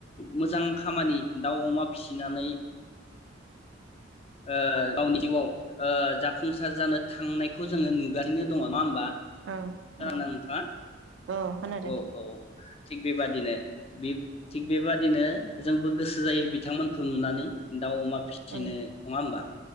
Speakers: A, on the left; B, on the right.
A: मोजां खामानि दाउ अमा फिसिनानै ओ गावनि जिउआव ओ जाफुंसार जानो थांनायखौ जोङो नुगासिनो दङ नङा ओमबा?
B: औ
A: खोनादोंना
B: औ
A: नोंथाङा
B: औ खोनादों
A: औ औ थिग बेबादिनो बिब थिग बेबादिनो जोंबो गोसो जायो बिथांमोनखौ नुनानै दाउ अमा फिसिनो
B: उम
A: नङा ओमबा?